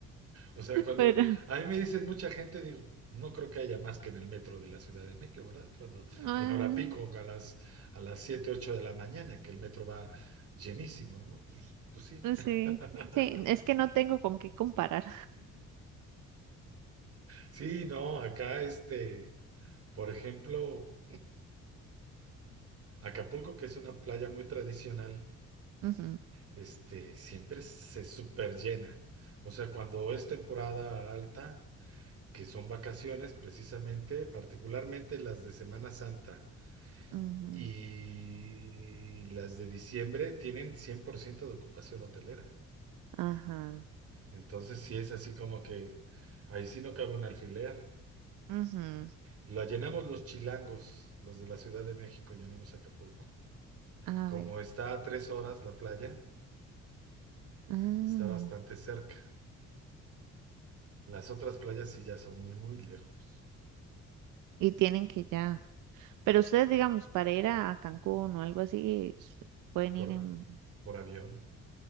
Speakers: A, on the right; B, on the right.
A: O sea, cuando
B: Pero,
A: a mí me dicen mucha gente, digo, no creo que haya más que en el metro de la Ciudad de México, ¿verdad? Cuando
B: ah,
A: en hora pico a las, a las 7 8 de la mañana, que el metro va llenísimo, ¿no? Pues, pues sí. <laughs>
B: sí, sí, es que no tengo con qué comparar.
A: Sí, no, acá este, por ejemplo. Acapulco, que es una playa muy tradicional,
B: Ujú,
A: este, siempre se superllena. O sea, cuando es temporada alta, que son vacaciones precisamente, particularmente las de Semana Santa
B: ujú.
A: y las de diciembre, tienen 100% de ocupación hotelera.
B: Ajá.
A: Entonces, sí es así como que ahí sí no cabe un alfiler.
B: ujú,
A: Lo llenamos los chilangos, los de la Ciudad de México, llenamos Acapulco.
B: A
A: Como
B: ver.
A: está a tres horas la playa,
B: Ah,
A: está bastante cerca. Las otras playas sí ya son muy lejos
B: y tienen que ya. Pero ustedes, digamos, para ir a, a Cancún o algo así, s- pueden
A: por,
B: ir en
A: por avión.